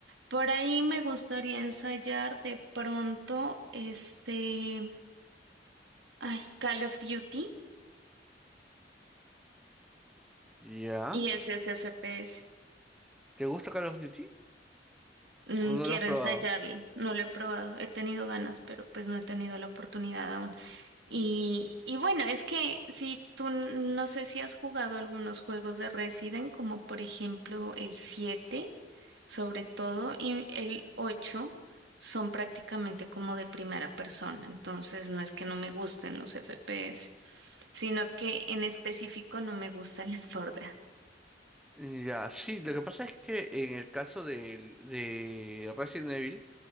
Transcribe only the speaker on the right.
Por ahí me gustaría ensayar de pronto este... Ay, Call of Duty
y ese es FPS.
Mm,
quiero
ensayarlo, no lo he probado, he tenido ganas, pero pues no he tenido la oportunidad aún. Y, y bueno, es que si tú n- no sé si has jugado algunos juegos de Resident, como por ejemplo el 7, sobre todo, y el 8, son prácticamente como de primera persona, entonces no es que no me gusten los FPS, sino que en específico no me gusta <laughs> el Forda.